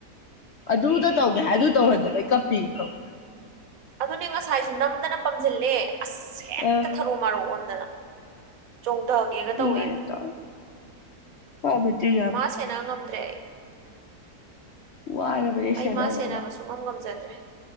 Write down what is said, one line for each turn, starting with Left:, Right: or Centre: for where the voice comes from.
Left: ꯑꯗꯨꯗ ꯇꯧꯒꯦ ꯍꯥꯏ ꯑꯗꯨ ꯇꯧꯍꯟꯗꯕ ꯑꯩ ꯀꯞꯄꯤ ꯀꯧꯒꯦ
Right: ꯑꯗꯨꯅꯤ ꯉꯁꯥꯏꯁꯨ ꯅꯝꯗꯅ ꯄꯝꯁꯤꯜꯂꯦ ꯑꯁ ꯍꯦꯛꯇ
Left: ꯑꯥ
Right: ꯊꯔꯨ ꯃꯔꯣꯛ ꯑꯣꯟ ꯆꯣꯡꯊꯒꯦꯒ
Left: ꯅꯤꯡꯉꯥꯏ
Right: ꯇꯧꯏꯃꯤ
Left: ꯌꯥꯝ ꯇꯧꯋꯦ ꯃꯥ ꯃꯆꯤꯟ
Right: ꯃꯥ ꯁꯦꯅ ꯉꯝꯗ꯭ꯔꯦ ꯑꯩ
Left: ꯑꯣ ꯑꯔꯕꯖꯦ
Right: ꯑꯩ
Left: ꯁꯦꯕꯕꯕꯥ
Right: ꯃꯥ ꯁꯦꯟꯅꯕ ꯁꯨꯡꯉꯝ ꯉꯝꯖꯗ꯭ꯔꯦ